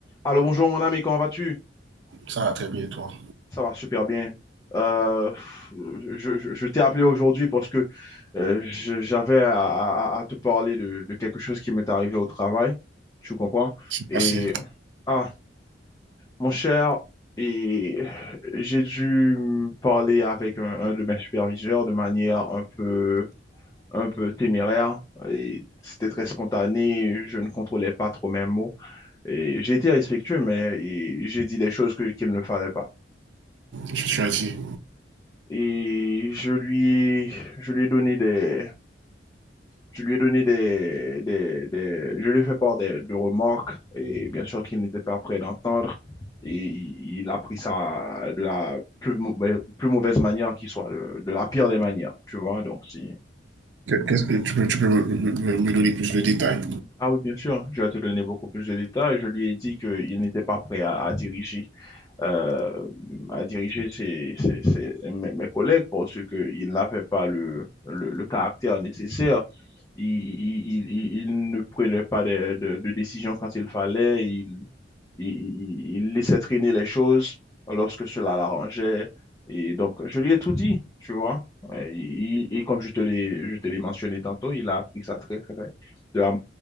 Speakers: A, on the left; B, on the right.
A: Alors bonjour mon ami, comment vas-tu?
B: Ça va très bien, et toi.
A: Ça va super bien. Euh, je je- je t'ai appelé aujourd'hui parce que euh, je- j'avais à, à- à te parler de, de quelque chose qui m'est arrivé au travail, tu comprends? Et
B: Merci.
A: ah, mon cher, et j'ai dû me parler avec un, un de mes superviseurs de manière un peu un peu téméraire et c'était très spontané, je ne contrôlais pas trop mes mots et j'ai été respectueux mais et j'ai dit des choses que qu'il ne fallait pas.
B: Je suis assis.
A: et je lui ai, je lui ai donné des, je lui ai donné des, des, des- je lui ai fait part des, de remarques et bien sûr qu'il n'était pas prêt d'entendre et il, il a pris ça de la plus, mau- plus mauvaise manière qui soit, de, de la pire des manières, tu vois, donc si...
B: Qu'est-ce que tu peux, tu peux me, me- me me donner plus de détails
A: Ah oui, bien sûr, je vais te donner beaucoup plus de détails. Je lui ai dit qu'il n'était pas prêt à, à diriger euh, à diriger ses, ses- ses- mes, mes collègues parce qu'il n'avait pas le, le, le caractère nécessaire. Il, il, il, il- ne prenait pas de, de, de décision quand il fallait. Il, il, il- laissait traîner les choses lorsque cela l'arrangeait. Et donc, je lui ai tout dit, tu vois. Et, et comme je te l'ai, je te l'ai mentionné tantôt, il a appris ça très, très, très, de la